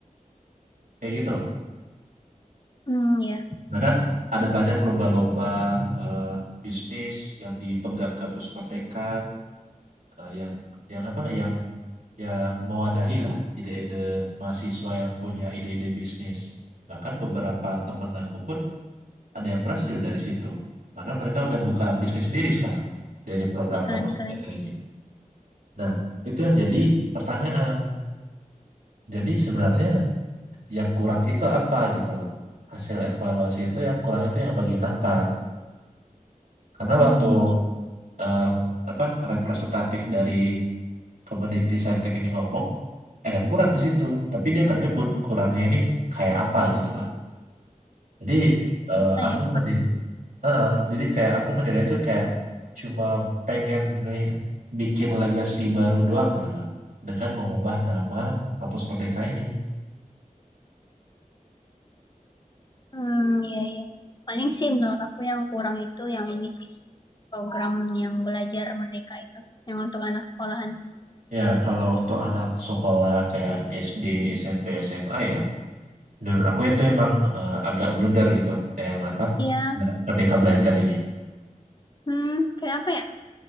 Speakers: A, on the right; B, on the left.
A: kayak gitu loh.
B: hmm, ya,
A: Nah kan ada banyak lomba-lomba eh, bisnis yang dipegang kampus Merdeka eh, yang yang apa yang yang mau adahi lah ide-ide mahasiswa yang punya ide-ide bisnis. Bahkan beberapa temen aku pun ada yang berhasil dari situ. Bahkan mereka udah buka bisnis sendiri sekarang dari program
B: keren-keren.
A: kampus Merdeka ini. Nah, itu yang jadi pertanyaan. Jadi sebenarnya yang kurang itu apa gitu loh. Hasil evaluasi itu yang kurang itu yang bagian apa? Karena
B: Hmm,
A: waktu
B: gitu
A: eh, apa representatif dari Kemendikti Saintek ini ngomong ada kurang di situ, tapi dia nggak nyebut kurangnya ini kayak apa gitu loh. Jadi eh,
B: bisa
A: aku
B: ya seperti.
A: menilai, jadi kayak aku menilai itu kayak cuma pengen nge- bikin legasi baru doang gitu loh, dengan mengubah nama Kampus Merdeka ini.
B: Hmm, iya, iya. Paling sih menurut aku yang kurang itu yang ini sih program yang belajar merdeka itu, yang untuk anak sekolahan.
A: Ya, kalau untuk anak sekolah kayak SD, SMP, SMA ya, menurut aku itu emang eh, agak blunder gitu. Kayak Yang apa?
B: Iya,
A: Nah, Merdeka belajar ini.
B: hmm, kayak apa ya?